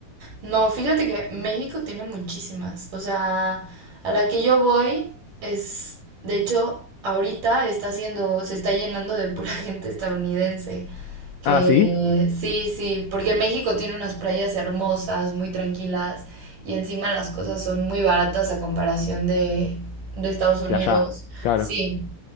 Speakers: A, on the right (about 60°); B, on the left (about 85°).
A: No, fíjate que México tiene muchísimas. O sea, a la que yo voy es, de hecho, ahorita está haciendo, se está llenando de pura <laughs> gente estadounidense. Que
B: Ah, sí,
A: sí, sí, porque México tiene unas playas hermosas, muy tranquilas, y encima las cosas son muy baratas a comparación de, de Estados Unidos.
B: de allá, claro.
A: Sí,